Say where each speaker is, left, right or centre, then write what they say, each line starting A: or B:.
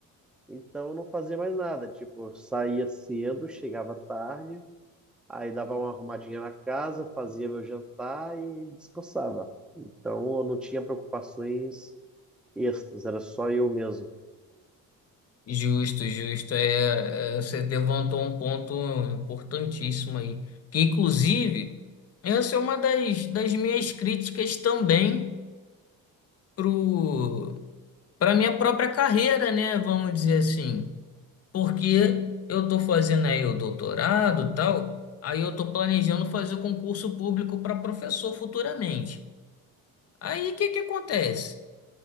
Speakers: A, in the centre; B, on the left.
A: então eu não fazia mais nada. Tipo, eu saía cedo, chegava tarde, aí dava uma arrumadinha na casa, fazia meu jantar e descansava. Então eu não tinha preocupações extras, era só eu mesmo.
B: justo, justo. É, é, você levantou um ponto importantíssimo aí. Que, inclusive, essa é uma das, das minhas críticas também pro para minha própria carreira, né? Vamos dizer assim. Porque eu estou fazendo aí o doutorado, tal, aí eu estou planejando fazer o concurso público para professor futuramente. Aí o que que acontece?